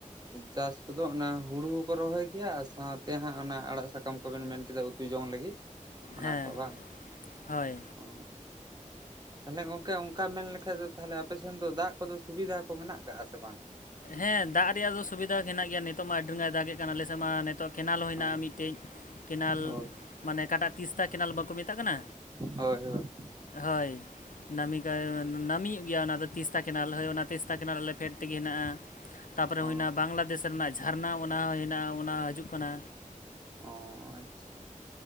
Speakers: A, on the right; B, on the left.
A: ᱪᱟᱥ ᱠᱚᱫᱚ ᱚᱱᱟ ᱦᱩᱲᱩ ᱦᱚᱸᱠᱚ ᱨᱚᱦᱚᱭ ᱜᱮᱭᱟ ᱟᱨ ᱥᱟᱣᱛᱮ ᱦᱟᱸᱜ ᱚᱱᱟ ᱟᱲᱟᱜ ᱥᱟᱠᱟᱢ ᱠᱚᱵᱮᱱ ᱢᱮᱱ ᱠᱮᱫᱟ ᱩᱛᱩ ᱡᱚᱝ ᱞᱟᱹᱜᱤᱫ ᱚᱱᱟ
B: ᱦᱮᱸ
A: ᱠᱚ ᱵᱟᱝ
B: ᱦᱳᱭ
A: ᱚ ᱛᱟᱦᱞᱮ ᱜᱚᱝᱠᱮ ᱚᱱᱠᱟ ᱢᱮᱱ ᱞᱮᱠᱷᱟ ᱫᱚ ᱛᱟᱦᱞᱮ ᱟᱯᱮ ᱥᱮᱱ ᱫᱚ ᱫᱟᱜ ᱠᱚᱫᱚ ᱥᱩᱵᱤᱫᱷᱟ ᱠᱚ ᱢᱮᱱᱟᱜ ᱟᱠᱟᱜᱼᱟ ᱥᱮ ᱵᱟᱝ
B: ᱦᱮᱸ ᱫᱟᱜ ᱨᱮᱭᱟᱜ ᱫᱚ ᱥᱩᱵᱤᱫᱷᱟ ᱢᱮᱱᱟᱜ ᱜᱮᱭᱟ ᱱᱤᱛᱚᱜ ᱢᱟ ᱟᱹᱰᱤ ᱨᱟᱸᱜᱟᱣ ᱮ ᱫᱟᱜ ᱮᱫ ᱠᱟᱱᱟ ᱟᱞᱮ ᱥᱮᱫ ᱢᱟ ᱱᱤᱛᱳᱜ ᱠᱮᱱᱮᱞ ᱦᱚᱸ
A: ᱦᱳᱭ
B: ᱦᱮᱱᱟᱜᱼᱟ ᱢᱤᱫ ᱠᱟᱹᱡ ᱠᱮᱱᱮᱞ
A: ᱦᱳᱭ
B: ᱢᱟᱱᱮ ᱚᱠᱟᱴᱟᱜ ᱛᱤᱥᱛᱟ ᱠᱮᱱᱮᱞ ᱵᱟᱠᱚ ᱢᱮᱛᱟᱜ ᱠᱟᱱᱟ
A: ᱦᱳᱭ ᱦᱳᱭ
B: ᱦᱳᱭ ᱱᱟᱢᱤᱠᱟᱭ ᱱᱟᱹᱢᱤ ᱜᱮᱭᱟ ᱚᱱᱟ ᱫᱚ ᱛᱤᱥᱛᱟ ᱠᱮᱱᱟᱞ ᱦᱳᱭ ᱚᱱᱟ ᱛᱤᱥᱛᱟ ᱠᱮᱱᱞ ᱟᱞᱮ ᱯᱷᱮᱰ ᱛᱮᱜᱮ ᱦᱮᱱᱟᱜᱼᱟ ᱛᱟᱯᱚᱨᱮ ᱦᱩᱭᱱᱟ
A: ᱚ
B: ᱵᱟᱝᱞᱟᱫᱮᱥ ᱨᱮᱱᱟᱜ ᱡᱷᱟᱨᱱᱟ ᱚᱱᱟ ᱦᱚᱸ ᱦᱮᱱᱟᱜᱼᱟ ᱚᱱᱟ ᱦᱤᱡᱩᱜ ᱠᱟᱱᱟ
A: ᱚ ᱟᱪᱪᱷᱟ